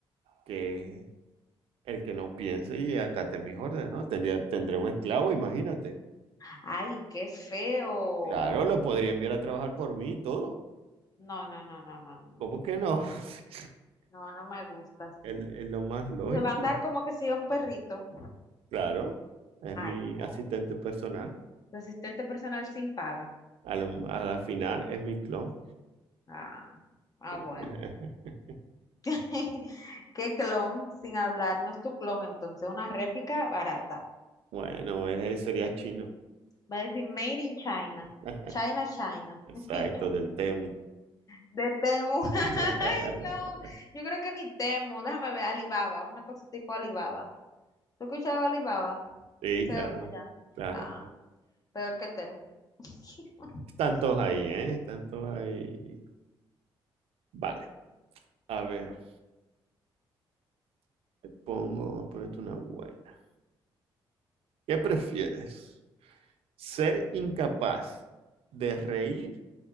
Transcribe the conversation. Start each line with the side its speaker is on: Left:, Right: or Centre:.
Right: que el que no piense y acate mis órdenes, ¿no? Tendría, tendré un esclavo, imagínate.
Left: ¡Ay, qué feo!
Right: Claro, lo podría enviar a trabajar por mí y todo.
Left: No, no, no, no, no, no.
Right: ¿Cómo que no? <laughs>
Left: No, no me gusta así.
Right: es Es, lo más lógico.
Left: Se va a andar como que sea un perrito.
Right: Claro, es
Left: Ay,
Right: mi
Left: no.
Right: asistente personal.
Left: Tu asistente personal sin paga.
Right: A la, a la final es mi clon.
Left: Ah, ah, bueno.
Right: <laughs>
Left: <laughs> ¿Qué clon sin hablar? No es tu clon, entonces. Una réplica barata.
Right: Bueno, ese sería chino.
Left: Va a decir Made in China.
Right: <laughs>
Left: China, China.
Right: Exacto,
Left: <laughs>
Right: del Temu.
Left: De Temu. <laughs>
Right: <laughs>
Left: Ay, no. Yo creo que ni Temu. Déjame ver, Alibaba, una cosa tipo Alibaba. ¿Tú escuchabas Alibaba?
Right: Sí,
Left: Se
Right: claro,
Left: oye ya.
Right: claro,
Left: Ah,
Right: claro.
Left: peor que Temu. <laughs>
Right: Tantos ahí, ¿eh? Tantos ahí. Vale, a ver, pongo, ponete una buena. ¿Qué prefieres? ¿Ser incapaz de reír